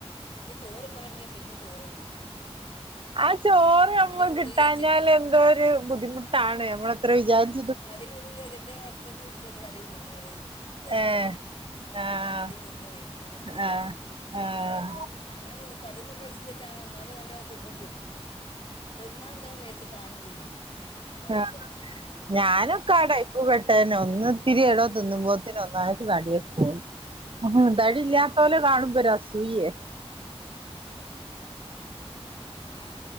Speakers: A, on the left (about 55°); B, on the right (about 55°).
A: പിന്നെ ചോറൊന്നാലടങ്കിയ പിന്നിം ചോർ തിന്നു
B: ആ ചോറ് നമ്മൾ
A: കൂടും
B: കിട്ടാഞ്ഞാല്
A: വിചാരിച്ചിട്ടേ
B: എന്തോ ഒരു ബുദ്ധിമുട്ടാണ് നമ്മൾ എത്ര വിചാരിച്ച...
A: തടി കൂടുന്ന എന്റെ ഹസ്ബൻഡ് വിചാരിച്ചല്ലേ തടി കൂടുന്നത്.. ഇൻക്കും ഇഷ്ടല്ല,
B: ഏഹ് ആഹ്
A: ആ തടി കൂടണത് എനിക്ക് വല്യ ഇഷ്ടല്ല
B: ആഹ്
A: അറിയാ
B: ആഹ്
A: അപ്പൊ. ആ അങ്ങനെ തടി കൂടണ ഇഷ്ട്ടല്ല എന്നാലും നല്ലോം തിന്നും ചെച്ചും, തിന്നാല്ലോ മേത്ത് ത് കാണും ചെയ്യും, അതാണ്
B: ആഹ്
A: ഉള്ള പ്രശ്നം..
B: ഞാനൊക്കെ ആ ടൈപ്പ് പെട്ടേതന്നെ, ഒന്ന് ഇത്തിരി എടോ തിന്നുമ്പോത്തിൻ ഒന്നാത്തി തടി പോവും ആഹ് തടി ഇല്ലാത്തവരെ കാണുമ്പ ഒരു അസൂയയാ
A: ആഹ്